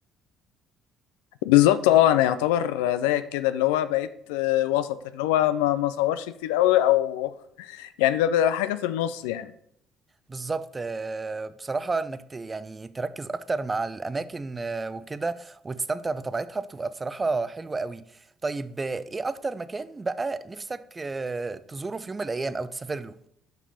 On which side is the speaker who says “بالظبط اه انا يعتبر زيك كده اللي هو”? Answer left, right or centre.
Left